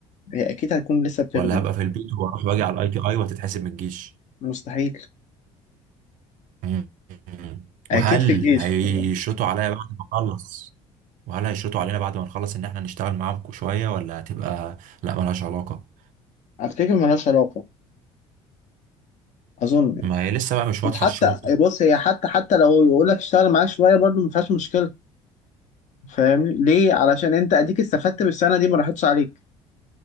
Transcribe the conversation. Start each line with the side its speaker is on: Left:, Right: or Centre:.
Left: هي اكيد هتكون لسه بتخدم
Right: ولا هبقى في البيت واروح واجي على الاي تي اي وتتحسب من الجيش
Left: مستحيل
Right: مم.
Left: اكيد
Right: وهل
Left: في الجيش
Right: هيشرطوا
Left: يعني
Right: عليا بعد ما اخلص وهل هيشرطوا علينا بعد ما نخلص ان احنا نشتغل معاهم شوية ولا هتبقى لا ملهاش علاقة
Left: افتكر ملهاش علاقه اظن يعني.
Right: ما هي لسه بقى مش واضحة
Left: حتى
Right: الشروط
Left: بص هي حتى حتى لو يقول لك اشتغل معاك شويه برضه ما فيهاش مشكله فاهمني ليه علشان انت اديك استفدت بالسنه دي ما راحتش عليك